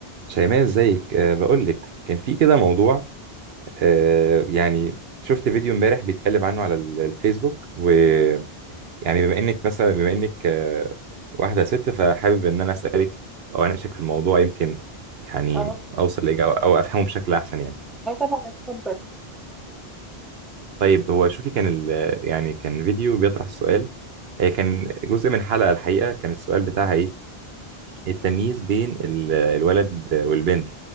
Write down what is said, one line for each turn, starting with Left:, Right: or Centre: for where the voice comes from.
Right: شيماء ازيك أه بقول لك كان في كده موضوع أه يعني شفت فيديو امبارح بيتكلم عنه على ال- الفيسبوك ويعني بما انك مثلا بما انك أه واحدة ست فحابب ان انا اسالك او اناقشك في الموضوع يمكن يعني
Centre: اه
Right: اوصل لاجابة او افهمه بشكل احسن يعني
Centre: اه طبعا اتفضل
Right: طيب هو شوفي كان ال يعني كان فيديو بيطرح السؤال هي كان جزء من حلقة الحقيقة كان السؤال بتاعها ايه التمييز بين ال- الولد والبنت